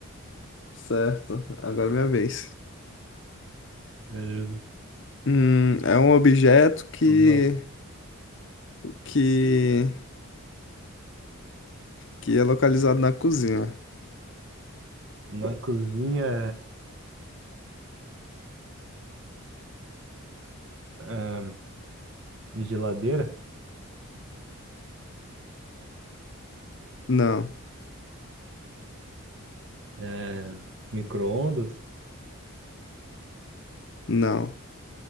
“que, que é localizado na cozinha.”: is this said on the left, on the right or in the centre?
Left